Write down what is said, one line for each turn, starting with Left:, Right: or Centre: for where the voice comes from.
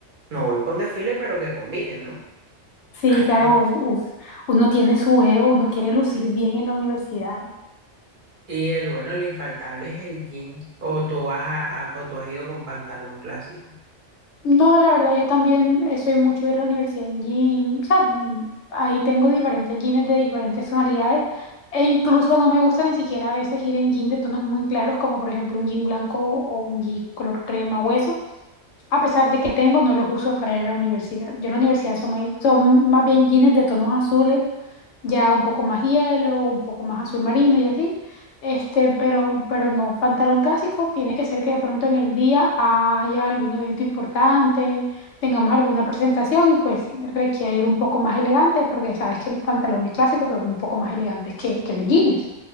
Right: No voy para un desfile, pero que combinen, ¿no?
Left: Sí,
Right: Al
Left: claro,
Right: menos.
Left: uf, uno tiene su ego, uno quiere lucir bien en la universidad.
Right: Y el bueno, el infaltable es el jean. O tú vas a, a- o tú has ido con pantalón clásico.
Left: No, la verdad, yo también eh, soy mucho de ir a la universidad en jean. O sea, mm, ahí tengo diferentes jeans de diferentes tonalidades. E incluso no me gusta ni siquiera a veces ir en jean de tonos muy claros, como por ejemplo un jean blanco o un jean color crema hueso a pesar de que tengo, no los uso para ir a la universidad. Yo en la universidad son, más- son más bien jeans de tonos azules, ya un poco más hielo, un poco más azul marino y así. Este, pero, pero no, pantalón clásico tiene que ser que de pronto en el día haya algún evento importante, tengamos alguna presentación y pues requiera ir un poco más elegante, porque sabes que los pantalones clásicos son un poco más elegantes que, que los jeans.